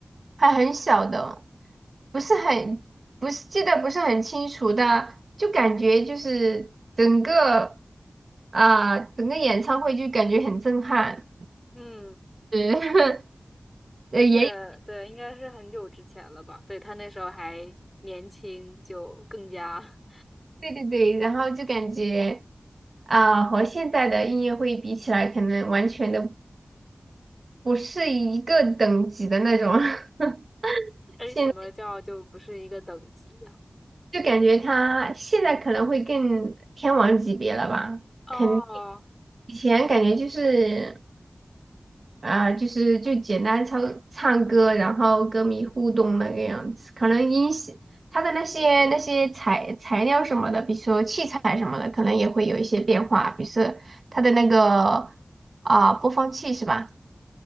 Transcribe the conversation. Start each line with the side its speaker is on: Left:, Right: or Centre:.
Right: 还很小的，不是很不是记得不是很清楚的，就感觉就是整个啊、整个演唱会就感觉很震撼，
Left: 嗯，
Right: 是 <laughs> 呃也
Left: 而且对，应该是很久之前了吧？对，他那时候还年轻，就更加，
Right: 对对对，然后就感觉啊、和现在的音乐会比起来，可能完全的不是一个等级的那种。<laughs>
Left: <laughs> 哎，
Right: 现
Left: 什么叫就不是一个等级呀、
Right: 就感觉他现在可能会更天王级别了吧，
Left: 哦
Right: 肯定以前感觉就是啊、就是就简单唱唱歌，然后歌迷互动那个样子，可能音响他的那些那些材材料什么的，比如说器材什么的，可能也会有一些变化，比如说他的那个啊、播放器是吧？